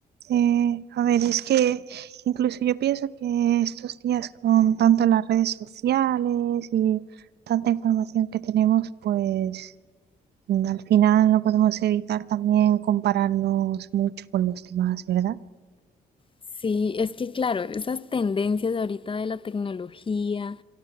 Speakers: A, on the right; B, on the left.
A: Eh, a ver, es que incluso yo pienso que estos días con tanto las redes sociales y tanta información que tenemos, pues mm, al final no podemos evitar también compararnos mucho con los demás, ¿verdad?
B: Sí, es que claro, esas tendencias ahorita de la tecnología,